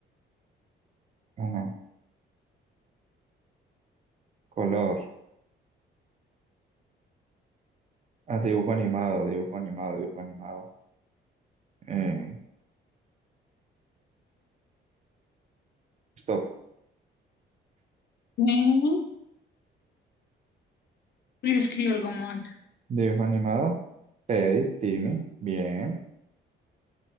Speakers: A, on the right; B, on the left.
A: ah, no, color, ah, dibujo animado, dibujo animado, dibujo animado, eh, stop,
B: Mm, Y escribo algo mal.
A: dibujo animado, Teddy, Timmy, bien,